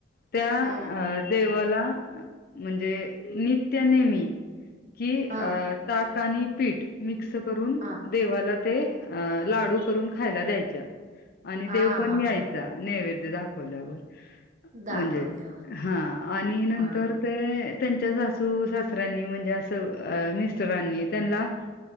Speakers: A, on the left; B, on the right.
A: त्या
B: हा
A: अ देवाला म्हणजे नित्य नेमी. कि
B: हा
A: ताक आणि पीठ मिक्स करून
B: हा
A: देवाला. ते लाडू करून खायला द्यायचा आणि
B: हा
A: देव पण
B: हा
A: यायचा
B: हा
A: नैवेद्य दावल्यावर
B: दाखवल्यावर
A: म्हणजे हा आणि नंतर
B: हा
A: ते. त्यांच्या सासू सासऱ्यांनी म्हणजे अस मिस्टरांनी त्यांना